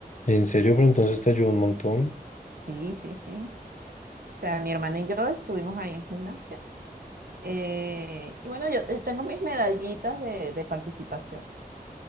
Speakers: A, on the left; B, on the right.
A: En serio, pero entonces te ayudó un montón.
B: Sí, sí, sí. O sea, mi hermana y yo estuvimos ahí en gimnasia. Eh, y bueno, yo eh, tengo mis medallitas de, de participación.